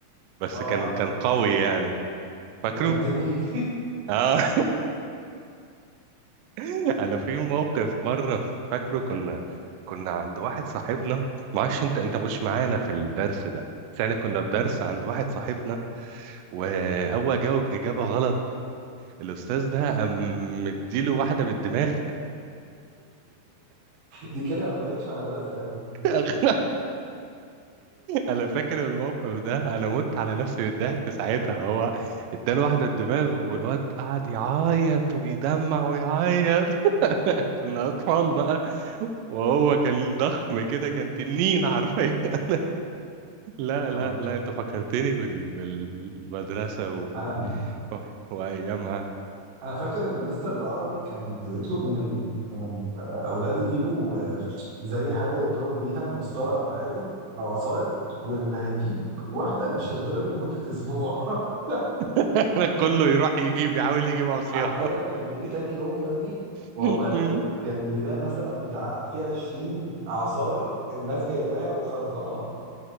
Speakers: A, on the right; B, on the right.
A: بس
B: اه
A: كان
B: عارفه
A: كان قوي يعني
B: ده
A: فاكره
B: كان تنيه
A: اه <laughs> انا في موقف مره فاكره كنا كنا عند واحد صاحبنا معرفش انت انت مش معانا في الدرس ده بس احنا كنا
B: <laughs> مم.
A: في درس عند واحد صاحبنا وهو جاوب اجابه غلط الاستاذ ده قام مديله واحده بالدماغ
B: دي كده ما بقتش مدرسة يا ابني
A: <laughs> انا فاكر الموقف ده انا مت على نفسي من الضحك ساعتها هو اداله واحده الدماغ والواد قعد يعيط ويدمع ويعيط <laughs> كنا اطفال بقى وهو كان ضخم كده كان تنين حرفيا <laughs> لا
B: اه
A: لا لا انت فكرتني بال... بالمدرسه و...
B: انا
A: و... وايامها
B: انا فاكر ان مستر العربي كان بيطلب من ال... من الاولاد يجيبوا آه، زي حاجه يضربوا بيها مسطره او حاجه او عصايه واللي هيجيب واحده مش هيتضرب لمده اسبوع <laughs>
A: <laughs> كله يروح يجيب يحاول يجيب عصيان
B: حرفيا كان بيجي تاني يوم يا ابني والله
A: <laughs>
B: بجد كان بيلاقي مثلا بتاع في 20 عصايه الناس جايباها وخرزانات